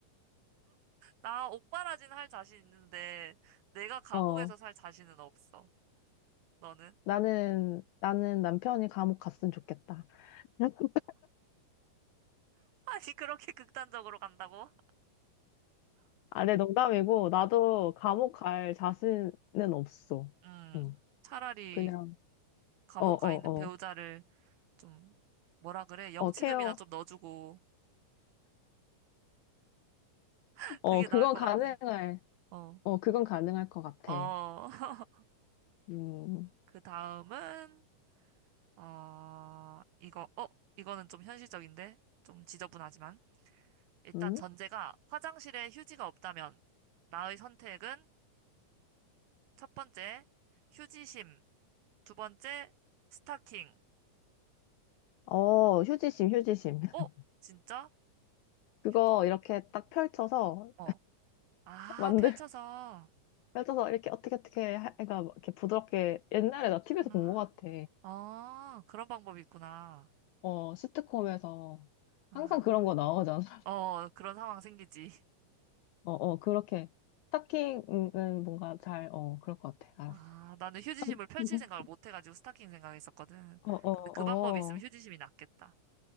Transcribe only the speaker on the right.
나 옥바라진 할 자신 있는데 내가 감옥에서
살 자신은 없어. 너는?
아니, 그렇게 극단적으로 간다고?
어,
음,
차라리
감옥
가 있는 배우자를
좀, 뭐라 그래? 영치금이나
좀 넣어주고, <laughs>
그게
나을 것
같아. 어,
어. <laughs>
그 다음은, 어, 이거, 어, 이거는 좀 현실적인데? 좀 지저분하지만. 일단
전제가 화장실에 휴지가 없다면, 나의 선택은 첫 번째, 휴지심. 두 번째, 스타킹.
어? 진짜?
휴지?
어. 아,
펼쳐서.
아,
어, 그런 방법이 있구나.
아,
어, 그런 상황 생기지.
아, 나는 휴지심을 펼칠
생각을 못 해가지고 스타킹 생각했었거든.
근데 그
방법이 있으면 휴지심이 낫겠다.